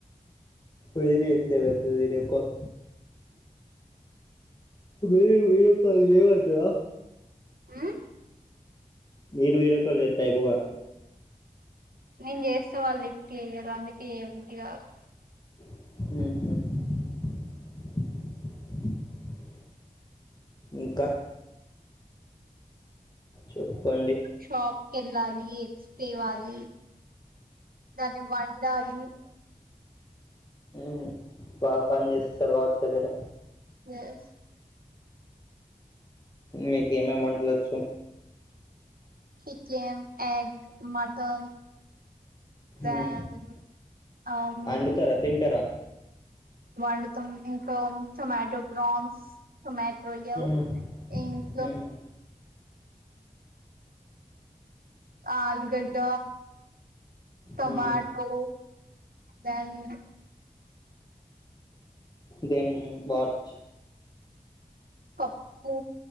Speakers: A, on the left; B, on the right.
A: మీరు చేతే ఏమైతది వీడియోకల్ మీరు వీడియోకాల్ చేయమంటవా
B: ఆ
A: మీీరు వీడియో కాల్ చేతే అయిపోవుగా
B: నేను చేస్తె వాళ్ళు లిఫ్ట్ చెయ్యరు అందుకే చేయబుద్ధి కదు
A: మ్ హు ఇంకా చెప్పండి
B: షాప్కెల్లాలి ఎగ్స్ తేవాలి దాన్ని వండాలీ
A: మ్ బా పని చేస్తారు కావచ్చు మీరు
B: ఎస్
A: మీకు ఎం ఎం వంటలోచ్చు
B: చికెన్ ఎగ్ మటన్ ఫ్యామిలీ
A: మ్మ్.
B: అం
A: వండుతారా తింటారా
B: వండుతం ఇంకొంచం ఆటొ ప్రాన్స్ టొమాటో యో
A: మ్మ్.
B: ఇంక
A: మ్మ్.
B: ఆలుగడ్డ టోమాటో
A: మ్మ్.
B: దెన్
A: దేన్ వాట్
B: పప్పు